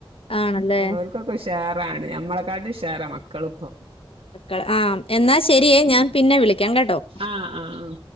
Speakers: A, on the left (about 75°); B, on the right (about 75°).
A: ആണല്ലേ
B: ഓൽക്കൊക്കെ ഉഷാറാണ് ഞമ്മളക്കാട്ടി ഉഷാറ മക്കളിപ്പൊ
A: മക്കള് ആഹ് എന്നാ ശരിയേ ഞാൻ പിന്നെ വിളിയ്ക്കാം കേട്ടോ
B: ആഹ് ആഹ്